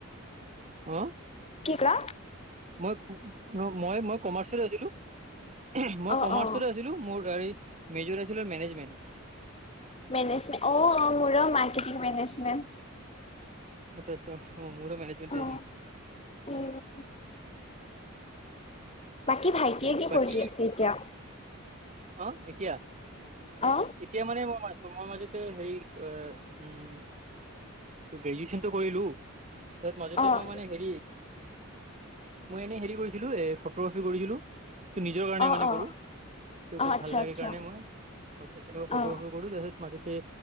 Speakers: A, on the right (about 35°); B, on the left (about 30°).
A: অ
B: কিক্ৰা
A: মই মই মই কমাৰ্চত আছিলো ওম মই
B: অ'
A: কমাৰ্চতে
B: অ'।
A: আছ ছিলো মোৰ গাড়ী মেজু আছিলে মেনেজমেন্ট
B: মেনেজমেণ্ট অ অ মোৰো মাৰ্কেটিং মেনেজমেণ্ট
A: আচ্ছা আচ্ছা অ মোৰো মেনেজমেণ্টে
B: অ',
A: আছিল
B: উম বাকী ভাইটিয়ে কি
A: বাকী
B: পঢ়ি আছে এতিয়া
A: অ এতিয়া
B: অ
A: এতিয়া মানে মই মই মাজতে হেৰি আ উম গ্ৰেজুৱেচনটো কৰিলো তাৰ মাজতে
B: অ',
A: মই মানে হেৰি মই এনে হেৰি কৰিছিলো এ ফটোগ্ৰাফী কৰিছিলো এইটো নিজৰ কাৰণে
B: অ',
A: মানে
B: অ',
A: কৰো
B: অ',
A: এইটো
B: আচ্ছা,
A: ভাল লাগে
B: আচ্ছা,
A: কাৰণে মই ফটো
B: অ',
A: কৰো তাৰপিছত মাজতে